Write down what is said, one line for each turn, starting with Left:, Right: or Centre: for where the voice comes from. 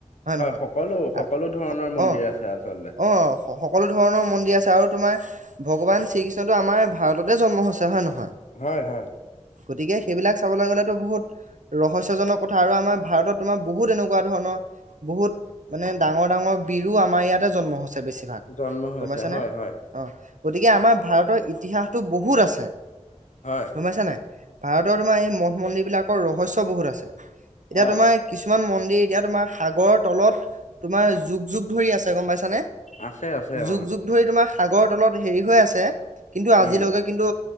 Right: হয় নহয়
Left: সকলো সকলো
Right: আক
Left: ধৰণৰ মন্দিৰ
Right: অ
Left: আছে আচলতে
Right: অ সকলো ধৰণৰ মন্দিৰ আছে আৰু তোমাৰ ভগৱান শ্ৰীকৃষ্ণটো আমাৰ ভাৰততে জন্ম হৈছে হয় নহয়
Left: হয় হয়
Right: গতিকে সেইবিলাক চাবলে গ'লেতো বহুত ৰহস্যজনক কথা আৰু আমাৰ ভাৰতত তোমাৰ বহুত এনেকুৱা ধৰণৰ বহুত মানে ডাঙৰ ডাঙৰ বিৰো আমাৰ ইয়াতে জন্ম হৈছে বেছিভাগ
Left: জন্ম হৈছে
Right: গম পাইছা
Left: হয়
Right: নে অ
Left: হয়
Right: গতিকে আমাৰ ভাৰতৰ ইতিহাসটো বহুত আছে।
Left: হয়।
Right: গম পাইছা নাই ভাৰতৰ তোমাৰ এই মঠ মন্দিৰ, বিলাকৰ ৰহস্য বহুত আছে। এতিয়া
Left: হয়
Right: তোমাৰ- কিছুমান মন্দিৰ, এতিয়া তোমাৰ সাগৰৰ, তলত তোমাৰ যুগ যুগ ধৰি আছে গম পাইছানে।
Left: আছে আছে
Right: যুগ
Left: অ
Right: যুগ ধৰি তোমাৰ সাগৰ তলত হেৰি হৈ আছে কিন্তু আজিলৈকে
Left: উম
Right: কিন্তু